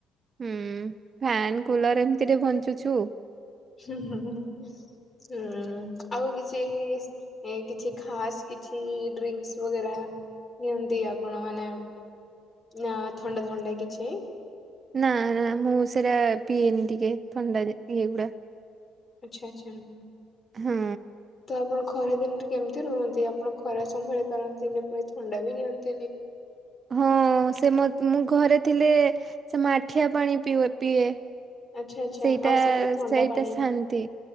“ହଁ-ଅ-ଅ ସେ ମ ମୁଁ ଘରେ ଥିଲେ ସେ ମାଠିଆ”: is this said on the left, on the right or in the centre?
Right